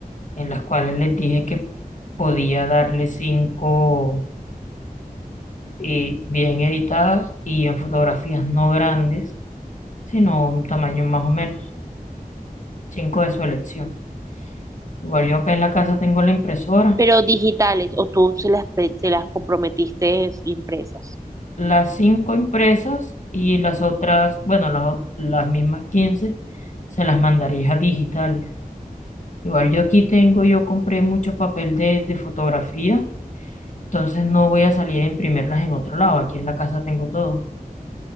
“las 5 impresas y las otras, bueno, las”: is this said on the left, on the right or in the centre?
Left